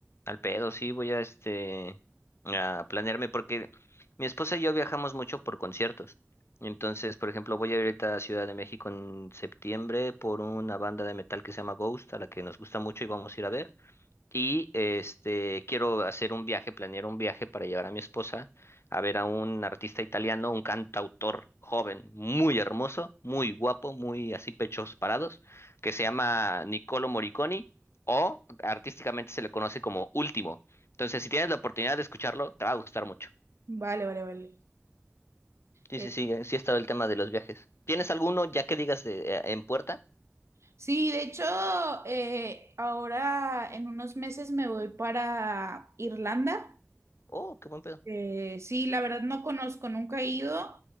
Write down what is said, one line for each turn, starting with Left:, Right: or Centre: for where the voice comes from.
Left: Al pedo, sí, voy a este a planearme porque mi esposa y yo viajamos mucho por conciertos. Entonces, por ejemplo, voy a ir ahorita a Ciudad de México en septiembre por una banda de metal que se llama Ghost, a la que nos gusta mucho y vamos a ir a ver. Y este, quiero hacer un viaje, planear un viaje para llevar a mi esposa a ver a un artista italiano, un cantautor joven, muy hermoso, muy guapo, muy así pechos parados, que se llama Niccolo Morricone o artísticamente se le conoce como Último. Entonces, si tienes la oportunidad de escucharlo, te va a gustar mucho.
Right: Vale, vale, vale.
Left: Sí,
Right: Eh,
Left: sí, sí, eh, sí ha estado el tema de los viajes. ¿Tienes alguno ya que digas de, eh, en puerta?
Right: Sí, de hecho, eh, ahora en unos meses me voy para Irlanda.
Left: Oh, qué buen pedo.
Right: Eh, sí, la verdad no conozco, nunca he ido,